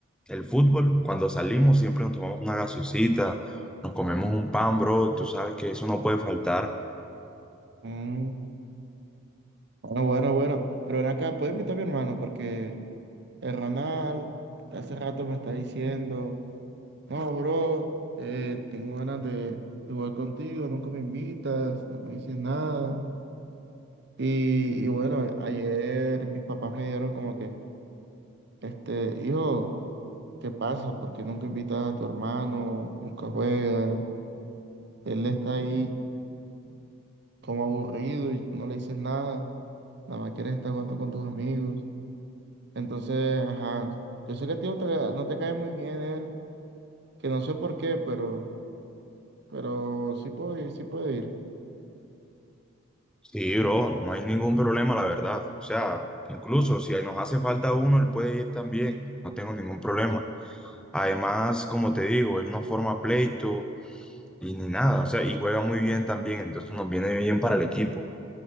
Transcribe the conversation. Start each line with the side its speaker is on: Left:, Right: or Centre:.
Centre: el fútbol, cuando salimos siempre nos tomamos una gaseosita, nos comemos un pan, bro, y tú sabes que eso no puede faltar.
Right: Mm, bueno, bueno, bueno. Pero ven acá, puedes invitar a mi hermano porque el Ronald hace rato me está diciendo, no, bro, eh, tengo ganas de, de jugar contigo, nunca me invitas, no me dices nada. Y, y bueno, a- ayer mis papás me dieron como que, este, hijo. ¿Qué pasa? ¿Por qué nunca invitas a tu hermano? Nunca juega. Él está ahí como aburrido y no le dices nada. Nada más quieres estar jugando con tus amigos. Entonces, ajá. Yo sé que a ti no te, no te cae muy bien él, que no sé por qué, pero, pero sí puedo ir, sí puedo ir.
Centre: Sí, bro, no hay ningún problema, la verdad. O sea, incluso si nos hace falta uno, él puede ir también. No tengo ningún problema. Además, como te digo, él no forma pleito y ni nada, o sea, y juega muy bien también, entonces nos viene bien para el equipo.